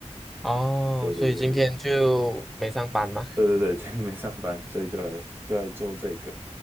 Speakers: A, in the centre; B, on the right (about 15°).
A: 哦，
B: 对对对对
A: 所以今天就没上班嘛。<laughs>
B: 对对对，<laughs> 今天没上班，所以就来就来做这个。